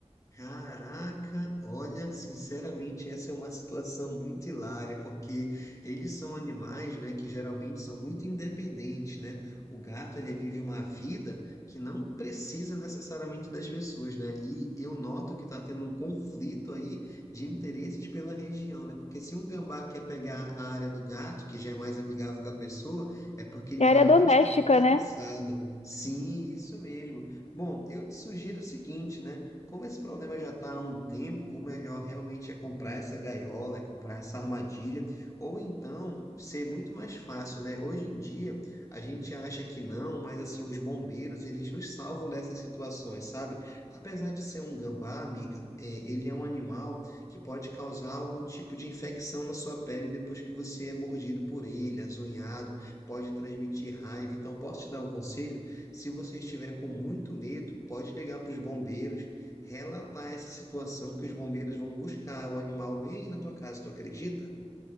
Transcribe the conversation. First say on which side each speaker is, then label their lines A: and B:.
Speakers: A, on the left; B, on the left.
A: Caraca, olha, sinceramente, essa é uma situação muito hilária, porque eles são animais, né, que geralmente são muito independentes, né? O gato, ele vive uma vida que não precisa necessariamente das pessoas, né? E eu noto que está tendo um conflito aí de interesses pela região, né? Porque se um gambá quer pegar a área do gato, que já é mais amigável com a pessoa, é porque ele
B: É
A: realmente
B: área doméstica,
A: está interessado.
B: né?
A: Sim, isso mesmo. Bom, eu te sugiro o seguinte, né? Como esse problema já está há um tempo, o melhor realmente é comprar essa gaiola, é comprar essa armadilha, ou então ser muito mais fácil, né? Hoje em dia a gente acha que não, mas assim os bombeiros eles nos salvam dessas situações, sabe? Apesar de ser um gambá, amiga, é, ele é um animal que pode causar algum tipo de infecção na sua pele depois que você é mordido por ele, azonhado, pode transmitir raiva. Então posso te dar um conselho? Se você estiver com muito medo, pode ligar para os bombeiros relatar essa situação que os bombeiros vão buscar o animal bem aí na tua casa, tu acredita?